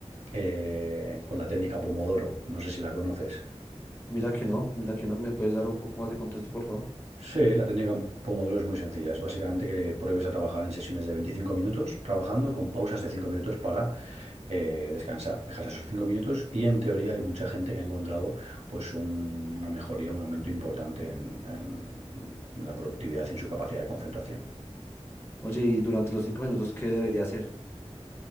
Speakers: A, on the right; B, on the left.
A: eh, con la técnica Pomodoro. No sé si la conoces.
B: Mira que no, mira que no, ¿me puedes dar un poco más de contexto, por favor?
A: Sí, la técnica Pomodoro es muy sencilla. Es básicamente que pruebes a trabajar en sesiones de 25 minutos, trabajando con pausas de 5 minutos para eh, descansar. Dejas esos 5 minutos y en teoría hay mucha gente que ha encontrado pues un- una mejoría, un aumento importante en, en- en la productividad y en su capacidad de concentración.
B: Oye, y durante los cinco minutos, ¿qué debería hacer?